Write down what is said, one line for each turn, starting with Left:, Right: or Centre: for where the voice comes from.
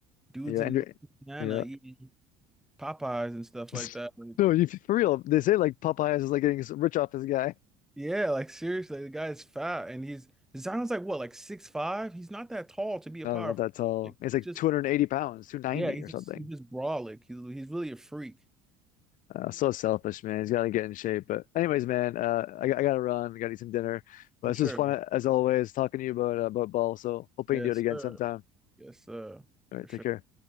Centre: Dudes
Left: Yeah,
Centre: in
Left: Andrew,
Centre: Louisiana
Left: yeah.
Centre: eating Popeyes and stuff
Left: <laughs>
Centre: like that. Like,
Left: No, you for real. They say like Popeyes is like getting rich off this guy.
Centre: yeah, like seriously, the guy is fat and he's Zion's like what, like six five? He's not that tall to be a
Left: No,
Centre: power.
Left: he's not
Centre: forward.
Left: that tall.
Centre: Like
Left: He's
Centre: he's
Left: like
Centre: just
Left: 280 pounds, 290
Centre: yeah, he's
Left: or something.
Centre: just he's just brolic. He's he's really a freak.
Left: Uh, so selfish, man. He's gotta get in shape. But anyways, man, uh, I, I gotta run. I gotta eat some dinner. But
Centre: For
Left: this
Centre: sure,
Left: was fun
Centre: man.
Left: as always, talking to you about uh, about ball. So hoping
Centre: Yes,
Left: you do it again
Centre: sir.
Left: sometime.
Centre: Yes, sir.
Left: All
Centre: For
Left: right,
Centre: sure.
Left: take care.